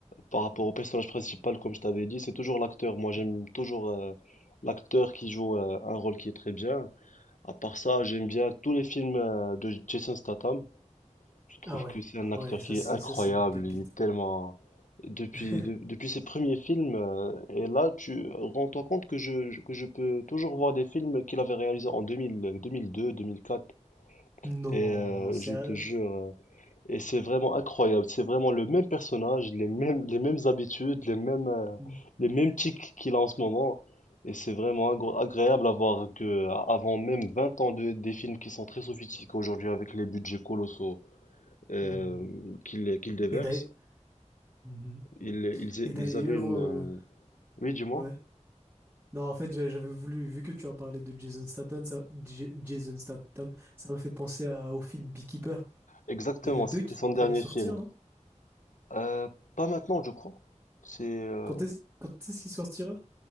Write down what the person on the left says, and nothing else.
par rapport au personnage principal comme je t'avais dit, c'est toujours l'acteur. Moi j'aime
toujours euh, l'acteur qui joue euh, un rôle qui est très bien. À part ça, j'aime bien tous les films euh, de Jason Statham. Je trouve
que c'est un
acteur
qui
est incroyable.
Il est tellement. Depuis,
de- depuis ses premiers films, euh, et là, tu rends-toi compte que je, je- que je peux toujours voir des films qu'il avait réalisés en 2000, 2002, 2004.
Et euh,
je te jure, euh, et c'est vraiment incroyable. C'est vraiment le même personnage, les mêmes, les mêmes habitudes, les mêmes, euh,
les mêmes tics qu'il a en ce moment. Et c'est vraiment agr- agréable à voir que, euh, avant même 20 ans de, des films qui sont très sophistiqués aujourd'hui avec les budgets colossaux euh,
qu'il qu'il déverse.
Ils, ils,
ils avaient une...
euh, Oui, du moins.
Exactement,
c'était
son dernier
film.
Euh, pas maintenant, je crois. C'est... euh,